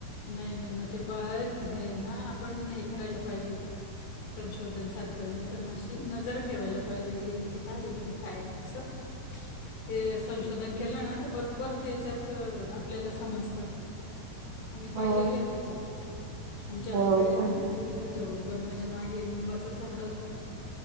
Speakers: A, on the left (about 85°); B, on the right (about 90°).
A: नाही नाही मग ते पद हे ना आपण हे करायला पाहिजे संशोधन सारखं नाही तर मग अशी नजर ठेवायला पाहिजे हे इथे काय इकडं काय असं. ते संशोधन केलं ना तर बरोबर त्याच्यात आपल्याला समजत. आम्ही पाहिलेले
B: हो
A: आहे त्याच्यात आमच्या
B: हो
A: आईकडे
B: का
A: ना ते घरट वगैरे बनवायच्या मागे निंबाचं झाड होतं